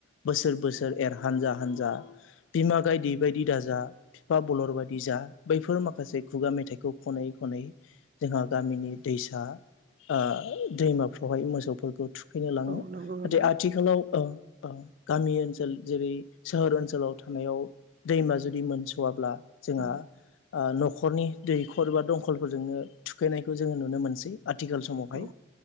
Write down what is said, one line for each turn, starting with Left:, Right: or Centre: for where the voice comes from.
Left: बोसोर बोसोर एर हानजा हानजा बिमा गायदै बायदि दाजा बिफा बलर बायदि जा दा बैफोर माखासे खुगा मेथाइखौ खनै खनै जोंहा गामिनि दैसा ओ दैमाफ्रावहाय मोसौफोरखौ थु खैनो लाङो
Right: औ नंगौ नोंथां
Left: नाथाय आथिखालाव
Right: औ
Left: ओ ओं गामि ओनसोल जेरै सोहोर ओनसोलाव थानायाव दैमा जुदि मोनस'वाब्ला जोंहा
Right: औ
Left: आ न'खरनि दैख'र बा दंखलफोरजोंनो थुखैनायखौ जोङो नुनो मोनसै थिखाल समावहाय
Right: औ